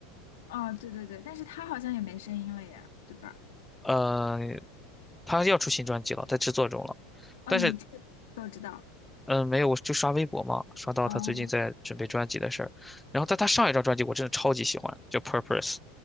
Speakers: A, on the left; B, in the centre.
A: 哦，对对对，但是他好像也没声音了耶，对吧？
B: 呃，他要出新专辑了，在制作中了，
A: 哦，
B: 但是。
A: 你这个都知道。
B: 嗯，没有，我就刷微博嘛，刷到他最近在准备专辑的事儿，
A: 哦
B: 然后但他上一张专辑我真的超级喜欢，叫《Purpose》。